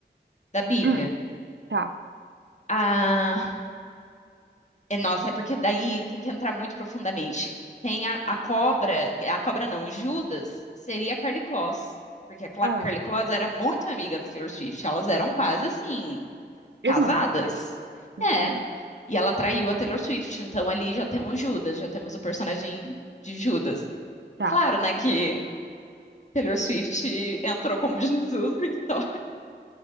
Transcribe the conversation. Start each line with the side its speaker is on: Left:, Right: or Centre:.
Left: da Bíblia.
Right: hum, tá.
Left: A É, nossa, é porque daí tem que entrar muito profundamente. Tem a, a cobra, a cobra não, o Judas seria a Carly Kloss, porque a Cla-
Right: Ah,
Left: Carly Kloss era muito amiga da Taylor Swift, elas eram quase assim, casadas.
Right: irmã, entendi.
Left: É, e ela traiu a Taylor Swift, então ali já temos Judas, já temos o personagem de Judas.
Right: Tá.
Left: Claro, né, que Taylor Swift entrou como <laughs> Jesus, então